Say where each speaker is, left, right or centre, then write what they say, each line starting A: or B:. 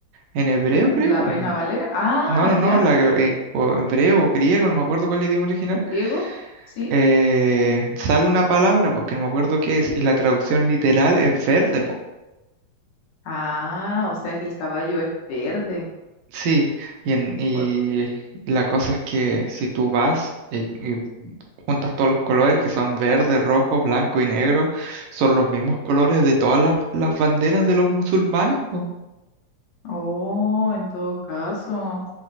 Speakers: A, on the right (about 80°); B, on the left (about 75°).
A: en hebreo, creo,
B: La
A: o
B: Reina
A: en-
B: Valera, ah,
A: no, no, no,
B: ya,
A: la gr- eh, o hebreo o griego, no me acuerdo cuál es el idioma original,
B: griego, sí,
A: eh, sale una palabra, porque no me acuerdo qué es, y la traducción literal es verde, po.
B: ah, o sea que el caballo es verde,
A: Sí, y, en, y
B: porque,
A: la cosa es que si tú vas y, y juntas todos los colores que son verde, rojo, blanco y negro, son los mismos colores de todas las, las banderas de los musulmanes, po.
B: Oh, en todo caso,